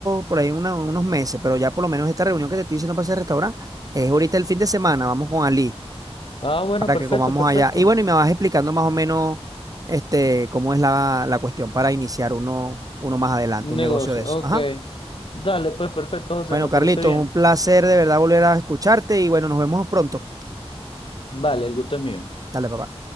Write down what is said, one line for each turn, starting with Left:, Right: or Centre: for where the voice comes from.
Right: por ahí una- unos meses, pero ya por lo menos esta reunión que te estoy diciendo para ese restaurante es ahorita el fin de semana. Vamos con Ali.
Left: Ah, bueno,
Right: para
Left: perfecto,
Right: que comamos
Left: perfecto.
Right: allá. Y bueno, y me vas explicando más o menos este, cómo es la, la cuestión para iniciar uno, uno más adelante,
Left: Negocio,
Right: un negocio de eso.
Left: ok.
Right: Ajá.
Left: Dale, pues perfecto, José,
Right: Bueno,
Left: me
Right: Carlitos,
Left: parece bien.
Right: un placer de verdad volver a escucharte y bueno, nos vemos pronto.
Left: Vale, el gusto es mío.
Right: Dale, papá.